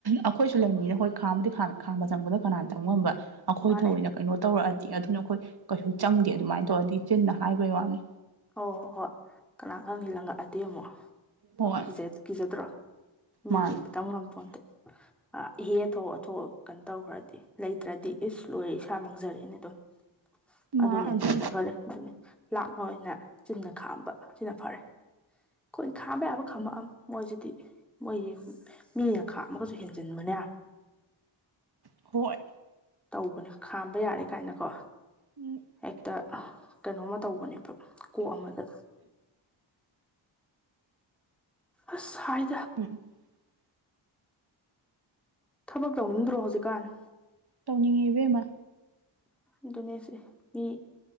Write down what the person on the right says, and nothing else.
ꯑꯩꯈꯣꯏꯁꯨ ꯂꯩꯃꯤꯅꯩ ꯍꯣꯏ ꯈꯥꯝꯕꯨꯗꯤ ꯈꯥꯝꯃꯤ ꯈꯥꯝꯕ ꯆꯪꯕꯗ ꯀꯅꯥꯅ ꯇꯝ ꯉꯝꯕ ꯑꯩꯈꯣꯏꯗ
ꯑꯣꯏꯅ ꯀꯩꯅꯣ ꯇꯧꯔꯛꯑꯗꯤ ꯑꯗꯨꯅ ꯑꯩꯈꯣꯏ ꯀꯩꯁꯨ ꯆꯪꯗꯦ ꯑꯗꯨꯃꯥꯏꯅ ꯇꯧꯔꯗꯤ ꯆꯤꯟꯅ ꯍꯥꯏꯕꯩ ꯋꯥꯅꯤ
ꯍꯣꯏ
ꯃꯥꯅꯤ
ꯃꯥ ꯑꯗꯨ
ꯍꯣꯏ
ꯎꯝ
<unintelligible>
ꯇꯧꯅꯤꯡꯉꯦ ꯏꯕꯦꯝꯃ